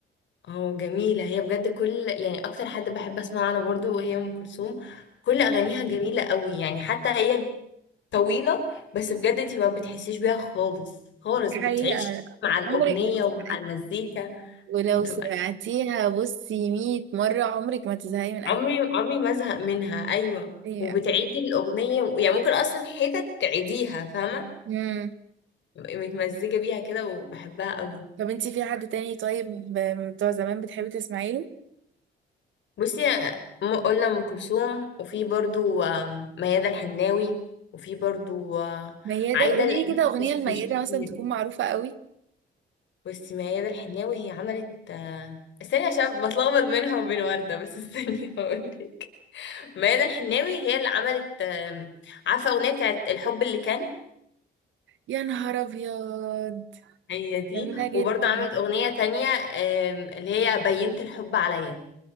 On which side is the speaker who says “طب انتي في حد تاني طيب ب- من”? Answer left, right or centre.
Right